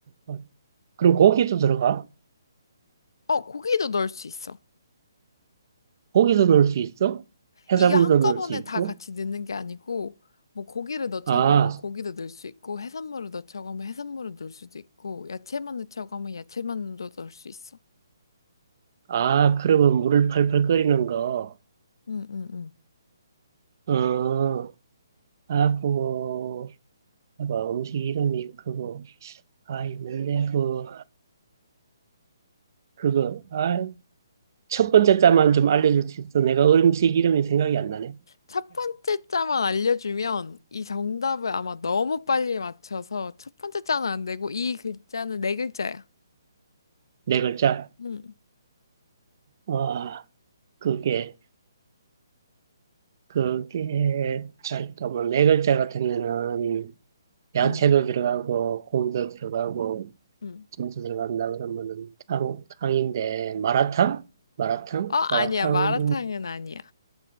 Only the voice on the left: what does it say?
어, 고기도 넣을 수 있어.
이게 한꺼번에
다 같이 넣는 게 아니고, 뭐, 고기를 넣자고
하면 고기도 넣을 수 있고, 해산물을 넣자고 하면 해산물을 넣을 수도 있고, 야채만 넣자고 하면 야채만 넣을 수 있어.
응, 응, 응.
첫 번째 자만 알려주면 이 정답을 아마 너무 빨리 맞춰서 첫 번째 자는 안 되고 이 글자는 네 글자야.
응,
응,
응.
어, 아니야.
마라탕은 아니야.